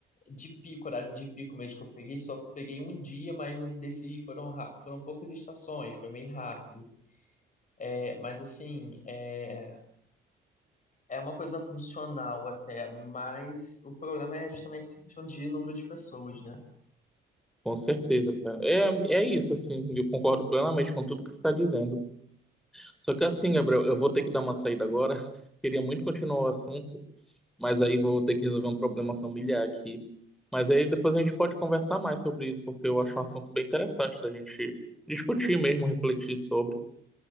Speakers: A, on the left; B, in the centre.
A: De pico, horário de pico mesmo que eu peguei, só peguei um dia, mas eu desci, foram, ra- foram poucas estações, foi meio rápido. É, mas assim, é, é uma coisa funcional até, mas o problema é justamente essa questão de número de pessoas, né?
B: Com certeza, cara. É, é isso, assim, eu concordo plenamente com tudo que você está dizendo. Só que assim, Gabriel, eu vou ter que dar uma saída agora. <laughs> Queria muito continuar o assunto, mas aí vou ter que resolver um problema familiar aqui. Mas aí depois a gente pode conversar mais sobre isso, porque eu acho um assunto bem interessante da gente discutir mesmo, refletir sobre.